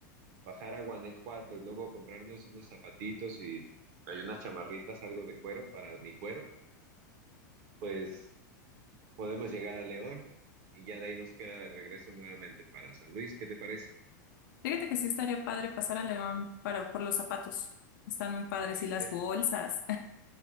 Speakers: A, on the right; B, on the left.
A: bajar a Guanajuato y luego comprarnos unos zapatitos y hay unas chamarritas, algo de cuero para mi cuero, pues podemos llegar a León y ya de ahí nos queda de regreso nuevamente para San Luis. ¿Qué te parece?
B: Fíjate que sí estaría padre pasar a León para, por los zapatos. Están muy padres
A: ¿Viste?
B: y las bolsas.